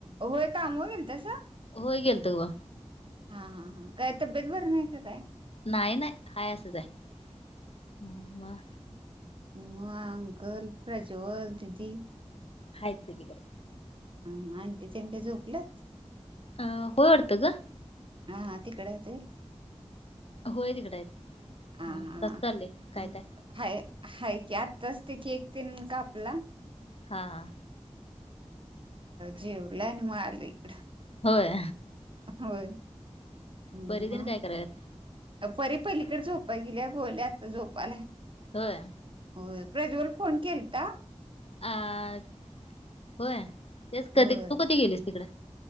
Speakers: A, on the right; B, on the left.
A: होय कामावर गेलतेसा.
B: होय गेलतोग <inaudible>
A: हा हा हा. काय तब्येत बरी नाय का? काय.
B: नाय नाय. हाय असाच हाय.
A: म अंकल, प्रज्वल, दिदी.
B: हायत सगळी बरे.
A: हा आंटीचे तेन काय झोपलंत.
B: अ होय वाडत ग.
A: हा हा तिकड हाय ते.
B: होय तिकडय.
A: हा
B: म
A: हा
B: कसं
A: अं,
B: चाललंय. काय काय.
A: हाय हाय की, आत्ताच ते केक तेन कापला.
B: हा हा.
A: जेवलनी म आलो इकडं,
B: होय.
A: होय. म.
B: परी तेन काय करायल्यात
A: परी पलीकड झोपाय गेल्या. गोल्या आता झोपालाय.
B: होय.
A: होय. प्रज्वाल फोन केलता.
B: अ होय. तेच कधी,
A: होय
B: तू कधी गेलीस तिकडं.